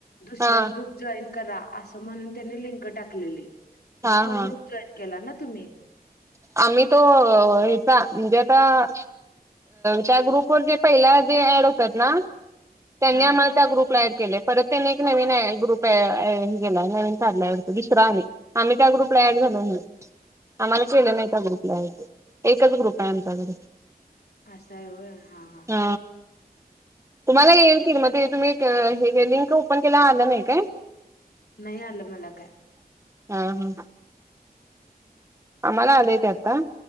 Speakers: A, on the left; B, on the right.
A: दुसरा
B: हा
A: ग्रुप जॉईन करा असं म्हणून त्यांनी लिंक टाकलेली
B: हा
A: मग तो
B: हा
A: ग्रुप जॉईन केला ना तुम्ही
B: आम्ही तो हचा म्हणजे आता त्या ग्रुप वर जे पहिला जे ऍड होतात ना त्यांनी
A: हा
B: आम्हाला त्या ग्रुपला ड के परत त्यांनी एक नवीन आहे ग्रुप गेलाय नवीन काढला दुसरा आणि आम् त्या ग्रुपलायाड झालो म्ह आम्हाला केलं नाही ए ग्रुपला एकच ग्रुप आहे आमच्याकडे
A: असा ये हा हा
B: हा तुम्हाला
A: बर
B: येलतील मग तुम्ही हे लिंक ओपन केला आलं नाही काय
A: नाही आलं मला काय
B: हम् हम्म आम्हाला आलेय ते आता